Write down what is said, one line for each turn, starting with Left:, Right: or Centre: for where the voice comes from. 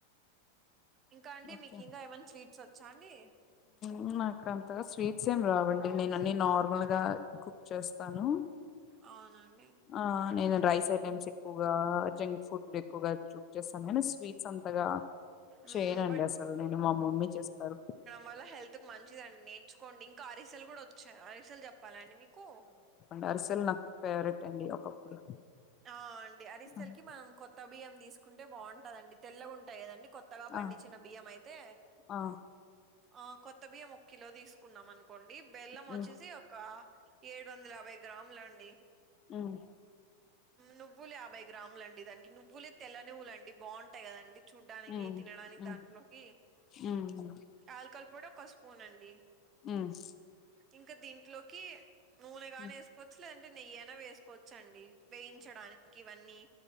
Right: ఇంకా అండి
Left: ఓకే
Right: మీకు ఇంకా ఏమైన్నా స్వీట్స్ వచ్చా అండి
Left: ఉమ్ నాకు అంతగా స్వీట్స్ ఏం రావండి నేను అన్ని నార్మల్ గా కు చేస్తాను
Right: అవునండీ
Left: ఆ నేను రైస్ ఐటెమ్స్ ఎక్కువగా జంక్ ఫుడ్ ఎక్కువగా యూస్ చేస్తాను కానీ నేను స్వీట్స్ అంతగా
Right: మ్మ్
Left: చేయనండి
Right: బట్
Left: అసలు నేను మా మమ్మీ చేసి పెడ
Right: మళ్ళ హెల్త్ కి మంచిదండి నేర్చుకోండి ఇంకా అరిసెలు కూడా వచ్చాయి అరిసెలు చెప్పాలండి మీకు
Left: డ్ అరిసెల్ నాకు ఫేవరెట్ అండి ఒకప్పుడు
Right: ఆ అండి అరిసెలు
Left: హ్మ్.
Right: కి మనం కొత్త బియ్యం తీసుకుంటే బాగుంటదండి తెల్లగాంటాయి కదండి కొత్తగా బండించిన
Left: ఆ
Right: బియ్యం అయితే
Left: ఆ
Right: ఆ కొత్త బియ్యం ఒక కిలో తీసుకున్నాం అనుకోండి బెల్లం వచ్చేసి
Left: ఉమ్
Right: ఒక రడు వందల యాభై గ్రాములు అండి
Left: ఉమ్.
Right: నువ్వులు యాభై గ్రాములండి దానికి నువ్వులే తెల్ల నువ్వులు అండి బాగుంటాయి కదండి. చూడ్డానికి
Left: ఉమ్
Right: తినడానికి
Left: ఉమ్
Right: దాంట్లోకి.
Left: ఉమ్.
Right: ఆలుకల్ కూడా ఒక స్పూన్ అండి.
Left: ఉమ్.
Right: ఇంకా దీంట్లోకి నూనెగాని
Left: ఉమ్
Right: వేసుకోవచ్చు లేదంటే నెయ్యి అయినా వేసుకోవచ్చండి. వేయించడానికి ఇవన్నీ.